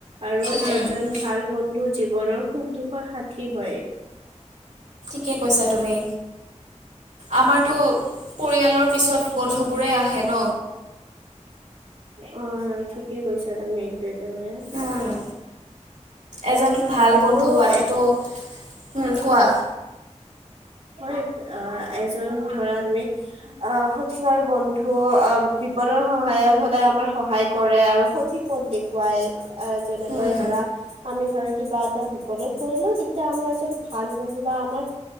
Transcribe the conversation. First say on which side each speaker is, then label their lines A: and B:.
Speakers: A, on the right; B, on the right.
A: আৰু
B: উম
A: এজন ভাল বন্ধু জীৱনৰ সুখ দুখৰ স্ষী হয়।
B: কি কৈছা তুমি আমাৰতো পৰিয়ালৰ পিছত বন্ধুবোৰেই আহে ন
A: অ ঠিকে কৈছা তুমি একেবাৰে।
B: উম এজন ভাল
A: আৰু
B: বন্ধু হোৱাটোতো
A: এ
B: উম কোৱা
A: হয় অ এজন ধৰা তুমি অ সঠিক আৰু বন্ধু অ বিপদৰ সহায়ত সদায় আমাৰ সহায় কৰে আৰু সঠিক পথ দেখুৱাই এ যেনেকৈ
B: উম
A: ধৰা আমি ধৰা কিবা এটা বিপদত পৰিলো তেতিয়া আমাৰ এজন ভাল বন্ধু বা আমাৰ